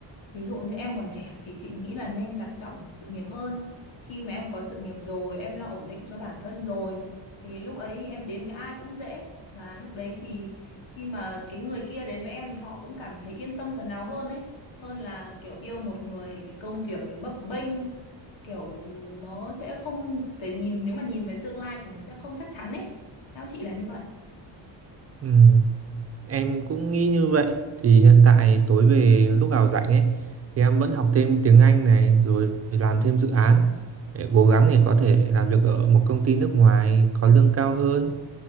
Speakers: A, on the left (about 90°); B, on the right (about 30°).
A: ví dụ như em còn trẻ thì chị nghĩ là nên đặt trọng sự nghiệp hơn khi mà em có sự nghiệp rồi em lo ổn định cho bản thân rồi thì lúc ấy em đến với ai cũng dễ và lúc đấy thì khi mà cái người kia đến với em thì họ cũng cảm thấy yên tâm phần nào hơn ấy hơn là kiểu yêu một người cái công việc cái bấp bênh kiểu nó sẽ không về nhìn nếu mà nhìn về tương lai thì nó sẽ không chắc chắn ấy theo chị là như vậy
B: Ừ, em cũng nghĩ như vậy thì hiện tại tối về lúc nào rảnh ấy thì em vẫn học thêm tiếng Anh này rồi làm thêm dự án để cố gắng để có thể làm việc ở một công ty nước ngoài có lương cao hơn